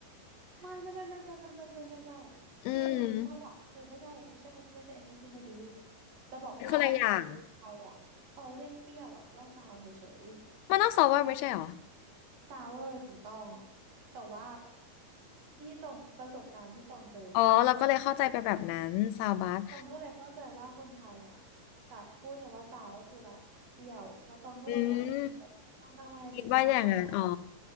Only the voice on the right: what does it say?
ไม่ไม่ไม่ไม่ไม่ไม่ไม่ไม่ไม่ไม่
คือภาษาคือไม่ใช่ไม่ใช่ไม่ใช่ accent พี่ไม่ดีจะบอกว่าบางทีคนไทยอ่ะเขาเรียกเปรี้ยวอ่ะว่าซาวเฉย
ๆซาวเวอร์ถูกต้องแต่ว่าที่ตรงประสบการณ์ที่ตองเจอมา
ตองก็เลยเข้าใจว่าคนไทยอ่ะแบบพูดคำว่าซาวก็คือแบบเปรี้ยวแล้วตองก็เลยแบบมันแบบตามตามมาบีบมะนาวเหรอ